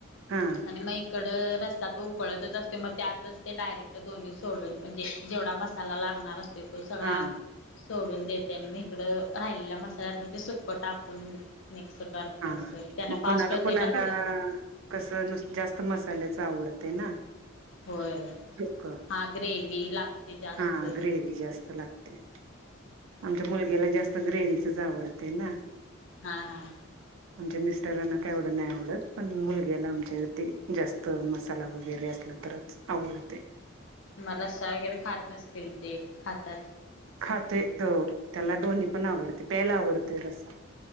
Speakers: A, on the right; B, on the left.
A: हा
B: आणि मग इकड र सा तो उखळतच असतोय, म त्यातच ते डायरेक्ट दोन्ही सोडून म्हणजे जेवढा मसाला लागणार अस तोय तो सगळा
A: हा हा
B: सोडून देत त्याने म इकडं राहिलेल्या मसाल्यात म ते सुकं टाकून मिक्स करते अस
A: हा
B: त्याने
A: मग
B: फास्ट
A: कोणाला
B: होते
A: कोणाला
B: ना थोडं
A: कस नुस्त जास्त मसाल्याचं आवडतय ना.
B: होय
A: सुक्क
B: हा ग्रेवी लागते जास्त.
A: हा ग्रेवी जास्त लाग आमच्या
B: हा हा.
A: मुलग्याला जास्त ग्रेवीचच आवडतय ना.
B: हां हां.
A: आमच्या मिस्टरांना काय एवढं नाही आवडत पण मुलग्याला आमच्या ते जास्त मसाला वगैरे असला ल तरच आवडतय.
B: म रस्सा वगैरे खात नसतील. ते खातात.
A: खातोय तो त्याला दोन्ही पण आवडतय प्यायला आवडतोय रस्सा.